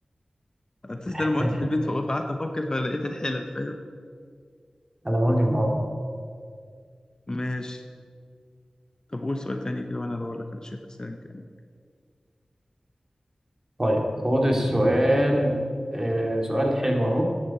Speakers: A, on the left; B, on the right.
A: اساس
B: <laughs>
A: لما قلت في البيت فقعدت افكر فلقيت الحلل فاهم
B: ألمونيوم اه
A: ماشي طب قول سؤال تاني كده وانا ادور لك على شويه اسئله كان
B: طيب خد السؤال آه سؤال حلو اهو